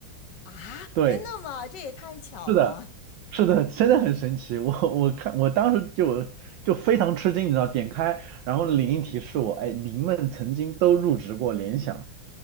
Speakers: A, on the left; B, on the right.
A: 啊，
B: 对，
A: 真的吗？这也太巧了。
B: 是的，是的，真的很神奇。我我看我当时就就非常吃惊，你知道，点开然后领英提示我，哎，您们曾经都入职过联想。